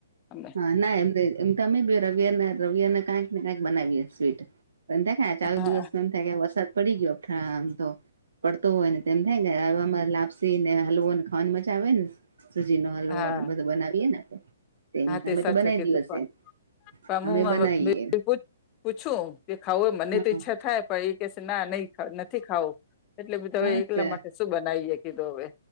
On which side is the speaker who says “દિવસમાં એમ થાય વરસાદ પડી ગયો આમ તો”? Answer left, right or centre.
Right